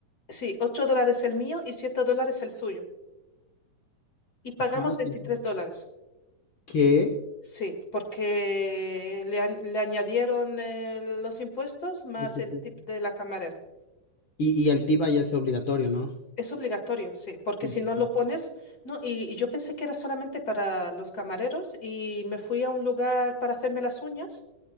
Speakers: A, on the left (about 35°); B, on the left (about 80°).
A: sí, 8 dólares el mío y 7 dólares el suyo. Y pagamos
B: Ajá,
A: 23
B: quién sabe.
A: dólares.
B: ¿Qué?
A: Sí, porque le, a- le añadieron el- los impuestos más
B: Sí, sí,
A: el
B: sí.
A: tip de la camarera.
B: Y, y el tip ya es obligatorio, ¿no?
A: Es obligatorio, sí, porque
B: Sí,
A: si
B: sí,
A: no
B: sí.
A: lo pones, no, y, y yo pensé que era solamente para los camareros y me fui a un lugar para hacerme las uñas